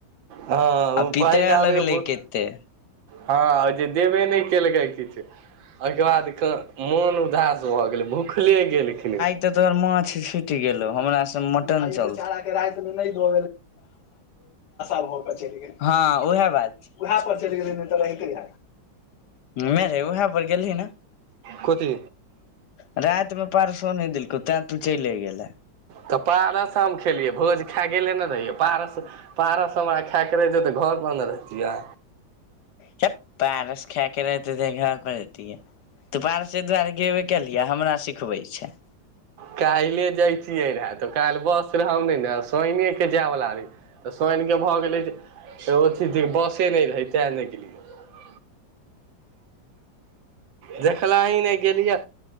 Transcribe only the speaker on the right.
हँ
ओ
पहिले आबे
हँ जे देबे नहि केलकै किछु ओके बाद मोन उदास भऽ गेलै भुखले गेलखिन
कोथी
तऽ पारस हम खेलियै भोज खा गेले ने रहियै पारस पारा सब हमरा खायएके रहहि छैै तऽ घर बन्द रहितियै
काल्ले जाइ छियै रहए तऽ काल्हि बस रहब ने ने सइनेके जायवला रहे तऽ सईनऽ के भऽ गेलै जे ओथी बसे नहि रहय तेँ नहि गेलियै देखला ही नहि गेलियिया